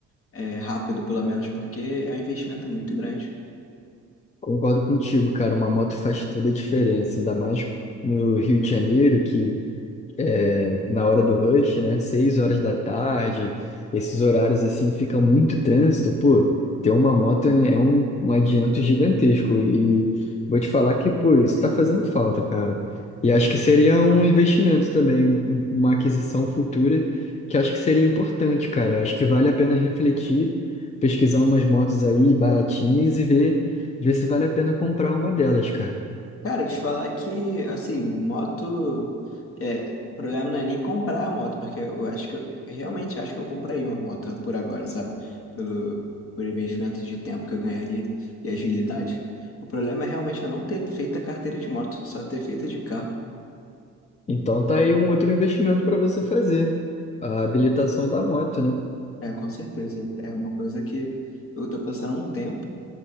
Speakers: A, on the left (about 45°); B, on the left (about 25°).
A: É, rápido, pelo menos, porque é um investimento muito grande.
B: Concordo contigo, cara. Uma moto faz toda a diferença, ainda mais no Rio de Janeiro, que é, na hora do rush, né? Seis horas da tarde, esses horários assim fica muito trânsito, pô. Ter uma moto é um, um adianto gigantesco e vou te falar que, pô, isso tá fazendo falta, cara. E acho que seria um investimento também, um- um, uma aquisição futura que acho que seria importante, cara. Acho que vale a pena refletir, pesquisar umas motos aí baratinhas e ver, ver se vale a pena comprar uma delas, cara.
A: Cara, te falar que, assim, moto. É, o problema não é nem comprar a moto, porque eu acho que. Eu, realmente acho que eu compraria uma moto por agora, sabe? Pelo, por investimento de tempo que eu ganharia e agilidade. O problema é realmente eu não ter feito a carteira de moto, só ter feito de carro.
B: Então tá aí um outro investimento para você fazer, a habilitação da moto, né?
A: É, com certeza. É uma coisa que eu tô passando há um tempo